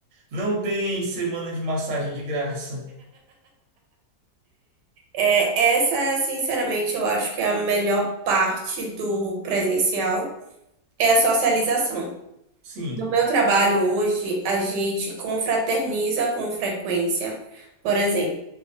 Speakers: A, on the right; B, on the right.
A: não tem semana de massagem de graça.
B: É, essa, sinceramente, eu acho que é a melhor parte do presencial, é a socialização.
A: Sim.
B: No meu trabalho hoje, a gente confraterniza com frequência. Por exemplo,